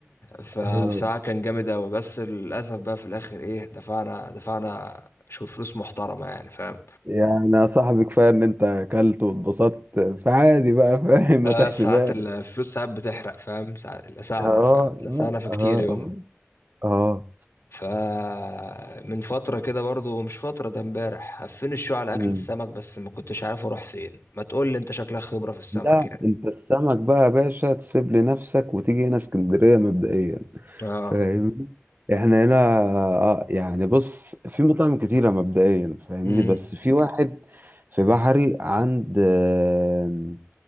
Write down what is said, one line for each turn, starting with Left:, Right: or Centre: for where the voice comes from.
Left: فبصراحة
Right: آه،
Left: كان جامد أوي بس للأسف بقى في الآخر إيه دفعنا دفعنا شو فلوس محترمة يعني فاهم
Right: يعني يا صاحبي كفايه ان انت اكلت واتبسطت فعادي بقى فاهم
Left: آه
Right: ما تحسبهاش
Left: ساعات الفلوس ساعات بتحرق فاهم ساعات لسعنا
Right: اه
Left: فاهم لسعنا
Right: اه
Left: في
Right: اه
Left: كتير يومها
Right: اه اه
Left: فمن فترة كده برضو مش فترة ده امبارح هفين الشو على
Right: مم.
Left: أكلة السمك بس ما كنتش عارف أروح فين ما تقول لي أنت شكلك خبرة في السمك
Right: لا
Left: يعني
Right: انت السمك بقى يا باشا تسيب لنفسك وتيجي هنا اسكندريه مبدئيا
Left: اه
Right: فاهمني احنا هنا آه يعني بص في مطاعم كتيرة مبدئيا فاهمني
Left: امم
Right: بس في واحد في بحري عند آه،